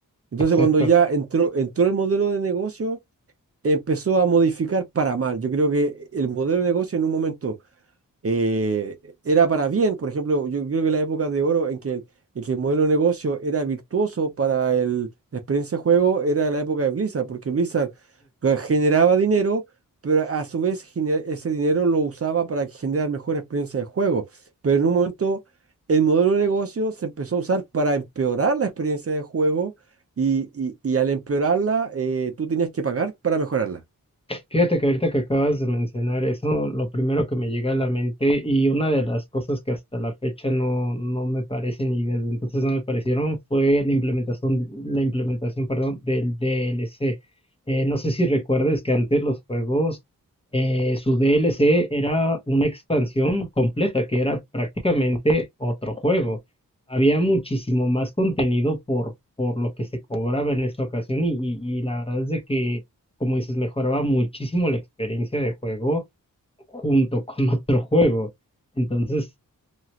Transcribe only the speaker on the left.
exacto.
Fíjate que ahorita que acabas de mencionar eso, lo primero que me llega a la mente y una de las cosas que hasta la fecha no, no me parecen y desde entonces no me parecieron fue la implementación, la implementación, perdón, del DLC. Eh, no sé si recuerdes que antes los juegos, eh, su DLC era una expansión completa, que era prácticamente otro juego. Había muchísimo más contenido por, por lo que se cobraba en esta ocasión y, y- y la verdad es de que como dices, mejoraba muchísimo la experiencia de juego junto con <laughs> otro juego. Entonces,